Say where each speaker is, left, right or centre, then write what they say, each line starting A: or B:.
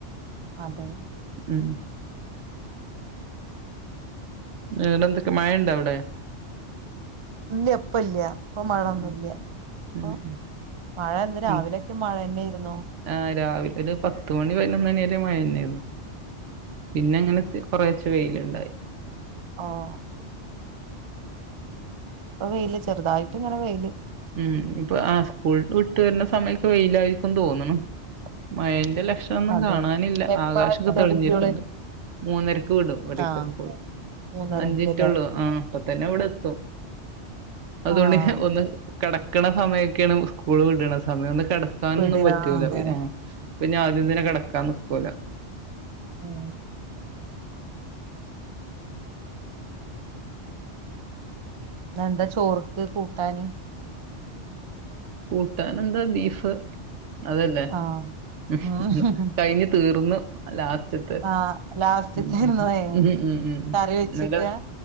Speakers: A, on the right; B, on the right.
A: അതെ
B: ഉം വേറെ എന്തെക്കെ മയ ഇണ്ടഅവ്ടെ
A: ഇല്ല്യ ഇപ്പ ഇല്ല്യ ഇപ്പ മഴൊന്നുല്യ
B: ഉം
A: ഇപ്പൊ
B: ഉം ഉം
A: മഴ ഇന്ന് രാവിലെ
B: ഉം
A: റ്റ് മഴെന്നേര്ന്നു
B: ആഹ് രാവിലെ ഒരു പത്ത്മണി പയ്നൊന്ന് മണി വരെ മയന്നേര്ന്നു പിന്നെ എങ്ങനെത്തേക്കും കൊറേച്ചെ വെെല്ണ്ടായി
A: ഓഹ് ഇപ്പ വെെല് ചെറ്തായിട്ട് ഇങ്ങനെ വെെല്
B: ഉം ഇപ്പ ആഹ് സ്കൂൾ വിട്ട് വെരുന്ന സമയൊക്കെ വെെലായിരിക്കുംന്ന് തോന്ന്ണ് മയെന്റ ലക്ഷ് ണം ഒന്നും
A: അതെ
B: കാണാനില്ല
A: എപ്പഴാ
B: ആകാശൊക്കെ
A: എത്ത
B: തെളിഞ്ഞ്
A: കുട്ടികള്
B: ഇരിക്ക്ണ്ട് മൂന്നരക്ക് വിടും ഇവെടെക്കെ
A: ആഹ്
B: സ്കൂള്
A: മൂന്നരക്കല്ലേ
B: അഞ്ച് മിനിറ്റേള്ളൂ ആഹ് ഇപ്പ തന്നെ ഇവടെ എത്തും അതുകൊണ്ട്
A: ആഹ്
B: ഒന്നും കെടക്കണ സമയക്കേണ് സ്കൂള് വിടണ സമയം ഒന്ന് കെട ക്കാനൊന്നും
A: വിടുക
B: പറ്റൂല
A: അതെ
B: ഉം പിന്ന ആദ്യം തന്നെ കെടക്കാൻ നിക്കൂല
A: ഉം ഇന്ന് എന്താ ചോറ്ക്ക് കൂട്ടാന്
B: കൂട്ടാൻ എന്താ ബീഫ് അതല്ലേ
A: ആഹ്
B: ഉം
A: ആഹ്
B: കഴിഞ്ഞ് തീർന്ന് ലാസ്റ്റത്ത്
A: ആഹ് ലാസ്റ്റ്ത്തെരുന്നോ
B: ഉം ഉം ഉം
A: കറി വെച്ചക്ക
B: ഇന്നല വെച്ച